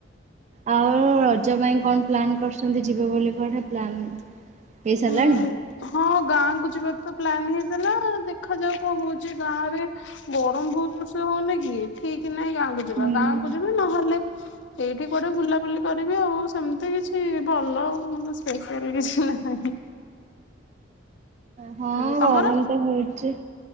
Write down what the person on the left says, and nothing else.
ହୁଁ ହଁ ଗାଁକୁ ଯିବାର ତ ପ୍ଲାନ ହେଇଥିଲା। ଦେଖ ଯାଉ କଣ ହଉଛି ଗାଁରେ ଗରମ ବହୁତ ଜୋରସେ ହଉନି କି ଠିକ ନାହିଁ ଗାଁ କୁ ଯିବା
ଗାଁ କୁ ଯିବି ନହେଲେ ଏଇଠି କୁଆଡେ ବୁଲାବୁଲି କରିବି ଆଉ ସେମିତି କିଛି ଭଲ ଆଉ ସ୍ପେସିଆଲ କିଛି ନାହିଁ।
ହୁଁ ତମର